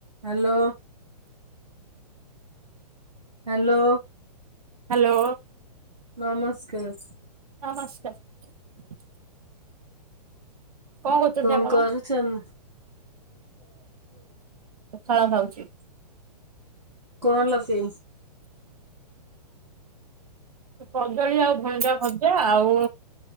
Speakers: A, on the right (about 85°); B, on the right (about 60°).
A: Hello? Hello?
B: Hello?
A: ନମସ୍କାର।
B: ନମସ୍କାର। କରୁଛନ୍ତି
A: କଣ
B: ଆପଣ?
A: କରୁଚନ୍?
B: ଫଳ ଖାଉଚି।
A: କଣ ହେଲା କି?
B: କଦଳୀ ଆଉ ଭଣ୍ଡା ଭ ଜା ଆଉ